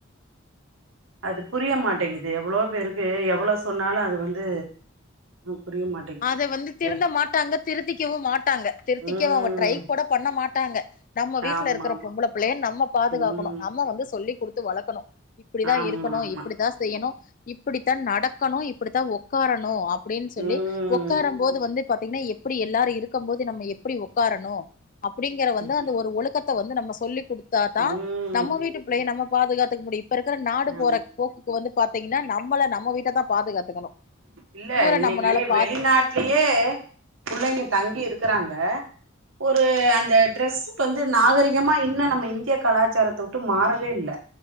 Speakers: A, on the right (about 80°); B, on the left (about 40°).
A: அது புரிய மாட்டேங்குது எவ்ளோ பேருக்கு எவ்ளோ சொன்னாலு அது வந்து புரிய மாட்டேங்குது
B: அது வந்து திருந்த
A: ஏ
B: மாட்டாங்க திருத்திக்கவு மாட்டாங்க திருத்திக்கவு
A: ம்
B: அவுங்க ட்ரை கூட பண்ண மாட்டாங்க நம்ம வீட்ல
A: ஆமா
B: இருக்க
A: ஆமா
B: பொம்பள புள்ளையேன் பாதுகாக்கணு
A: ம்
B: நம்ம வந்து சொல்லிக் குடு து வளக்கணோ இப்பிடிதா
A: ஆமா
B: இருக்கணோ
A: ஆமா
B: இப்பிடிதா செய்யணோ இப்பிடித்தா நடக்கணும் இப்பிடித்தா ஒக்காரனு அப் பிடின்னு சொல்லி
A: ம்
B: ஒக்காரும் போது வந்து பா த்தீங்கன்னா எப்டி எல்லாரு இருக்கம் போது நம்ம எப்பிடி ஒக்காரணு அப்பிடிங்கற வந்து
A: ம்
B: அந்த ஒரு ஒழுக்கத் த வந்து நம்ம சொல்லி குடு த்தா தா
A: ம்
B: நம்ம வீட்டு பிள்ளைய நம்ம பாதுக்காத்துக் முடியும் இப்ப இருக்கிற நாடு
A: ஆமா
B: போற போக்குக்கு வந்து பாத்தீங்கன்னா நம்மள நம்ம வீட் ட்ட தா பாதுகாக் கணும்
A: இல்ல
B: ஊர
A: இன்னைக்கு
B: நம்புனாலும்
A: வெளிநாட்லயே புள்ளைங்க தங்கி இருக்கறாங்க ஒரு
B: ம்
A: அந்த ட்ரெஸ்ஸுக்கு வந்து நாகரிகமா இன்னு நம்ம இந்திய கலாச்சாரத்த விட்டு மாறவே இல்ல